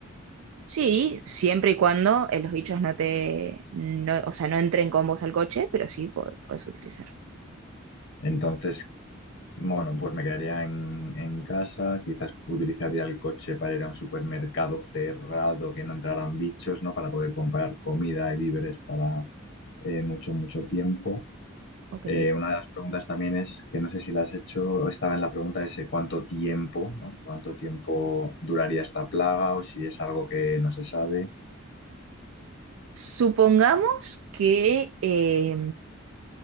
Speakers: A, on the right (about 75°); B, on the left (about 60°).
A: Sí, siempre y cuando eh, los bichos no te, no- o sea, no entren con vos al coche, pero sí po- podés utilizar.
B: Entonces, Bueno, pues me quedaría en, en casa, quizás utilizaría el coche para ir a un supermercado cerrado, que no entraran bichos, ¿no? Para poder comprar comida y víveres para eh, mucho, mucho tiempo.
A: Ok.
B: Eh, una de las preguntas también es, que no sé si la has hecho, estaba en la pregunta ese cuánto tiempo, ¿no? ¿Cuánto tiempo duraría esta plaga o si es algo que no se sabe?
A: Supongamos que, eh,